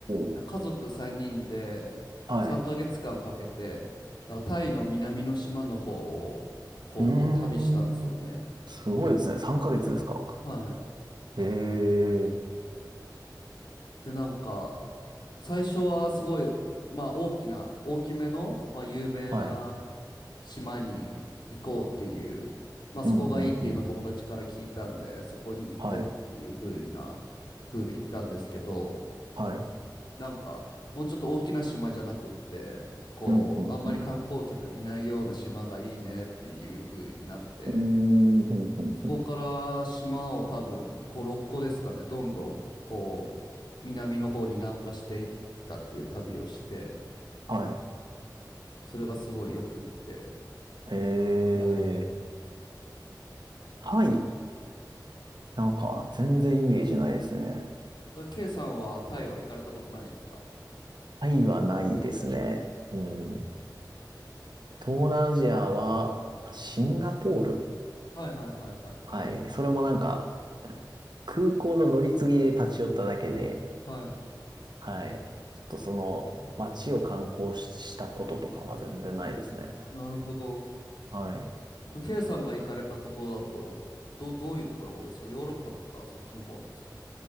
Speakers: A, on the left; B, on the right.
A: なん家族3人で3ヶ月間かんかけて、
B: お、はい。
A: なんかタイの南の島の方を、こう、
B: うーん。
A: 旅したんですよね。
B: すごいですね。3ヶ月ですか。
A: はい。
B: ええ、
A: で、なんか、最初はすごい、まあ大きな、大きめの、まあ有名な
B: はい。
A: 島に行こうっていう、まあそこがいいっていうのを友達から聞いたんで、
B: うん、うん、うん。
A: そこに行こうっていう風な、
B: はい、
A: 風で行ったんですけど、
B: はい。
A: なんかもうちょっと大きな島じゃなくって、こう、
B: うん、うん、
A: あんまり観光客いないような島がいいねっていう風になって、
B: うん。うーん、うんうんうん。
A: そこから島を多分5、6個ですかね、どんどんこう南の方に南下していったっていう旅をして、
B: はい。
A: それがすごいよくって。
B: へえ。
A: はい。
B: タイ、なんか全然イメージないですね。
A: あ K さんはタイは行かれたことないですか
B: タイはないですね。うん。東南アジアは、
A: なんか、
B: シンガポール
A: はいはいはいはいはい。
B: はい。それもなんか、空港の乗り継ぎで立ち寄っただけで、
A: はい。
B: はい。ちょっとその街を観光ししたこととかは全然ないですね。
A: なるほど。
B: はい。
A: K さんが行かれたところだと、ど、どういうところが多いですかヨーロッパとかそっちの方なんですか